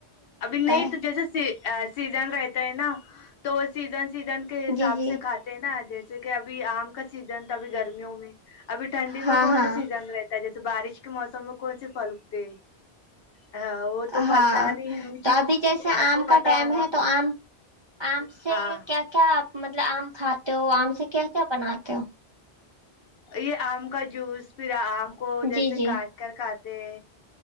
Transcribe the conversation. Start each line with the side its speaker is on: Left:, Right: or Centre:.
Left: ابھی نہیں
Right: ہے
Left: تو جیسے سیزن رہتا ہے نا تو وہ سیزن سیزن کے حساب
Right: جی جی
Left: سے کاتے ہیں نا جیسے جیسے کہ ابھی آم کا سیزن تھا ابھی گرمیوں میں ابھی ٹھنڈی
Right: ہاں
Left: میں کون
Right: ہاں
Left: سا سیزن رہتا جیسے بارش کے موسم میں کون سے پھل اگتے ہاں وہ تو
Right: ہاں
Left: پتا نہیں مجھے
Right: تو ابھی جیسے
Left: آپ
Right: آم
Left: کو
Right: کا
Left: پتا
Right: ٹائم
Left: ہوگا
Right: ہے تو آم آم سے
Left: ہاں
Right: کیا کیا آپ مطلب آم کھاتے ہو آم سے کیا کیا بناتے ہو
Left: یہ آم کا جوس پھرا آم ہم کو جیسے
Right: جی جی
Left: کاٹ کر کا کہ